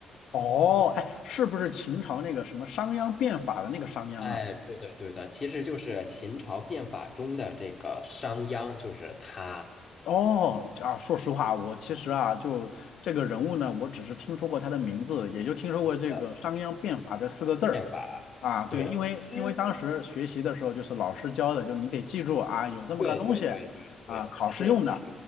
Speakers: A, on the left (about 70°); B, on the left (about 35°).
A: 哦，哎，是不是秦朝那个什么商鞅变法的那个商鞅啊？
B: 哎，对的，对的，其实就是秦朝变法中的这个商鞅，就是他
A: 哦，啊，说实话，我其实啊，就这个人物呢，我只是听说过他的名字，也就听说过这个商鞅变法这四个字儿
B: 的变法。
A: 啊。对，
B: 对，
A: 因为因为当时学习的时候，
B: 是，
A: 就是老师教的，就是你得记住啊，有这么个东西
B: 对，对，对，对，
A: 啊，
B: 对，
A: 考试用的
B: 是，是，